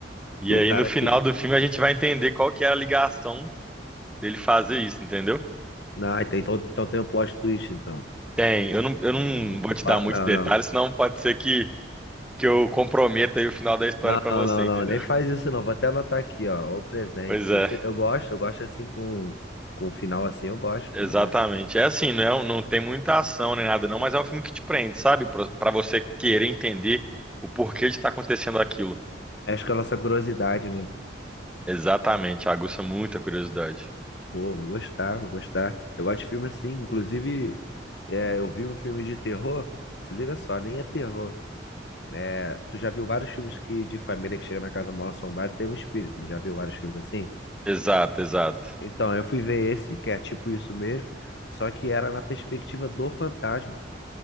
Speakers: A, in the centre; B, on the left (about 65°).
A: E
B: do
A: aí
B: cara
A: no final
B: que.
A: do filme a gente vai entender qual que era a ligação dele fazer isso, entendeu?
B: Não, então, então tem um plot twist, então.
A: Tem, eu não, eu
B: Não,
A: não vou
B: não,
A: te
B: fa-
A: dar muitos
B: não,
A: detalhes,
B: não.
A: senão pode ser que, que eu comprometa aí o final da história
B: Não,
A: pra
B: não,
A: você,
B: não, não,
A: entendeu?
B: nem faz isso não. Vou até anotar aqui, ó, o presente.
A: Pois
B: Eu,
A: é.
B: eu gosto, eu gosto assim com, com o final assim, eu gosto,
A: Exatamente.
B: pô, né?
A: É assim, não, é um, não tem muita ação nem nada, não, mas é um filme que te prende, sabe? Pra pra você querer entender o porquê de estar acontecendo aquilo.
B: Acho que é a nossa curiosidade, né?
A: Exatamente, aguça muita curiosidade.
B: Pô, vou gostar, vou gostar. Eu gosto de filme assim, inclusive, é, eu vi um filme de terror, se liga só, nem é terror. É, tu já viu vários filmes que de família que chega na casa mal assombrada tem um espírito, não já viu vários filmes assim?
A: Exato, exato.
B: Então, eu fui ver esse, que é tipo isso mesmo, só que era na perspectiva do fantasma.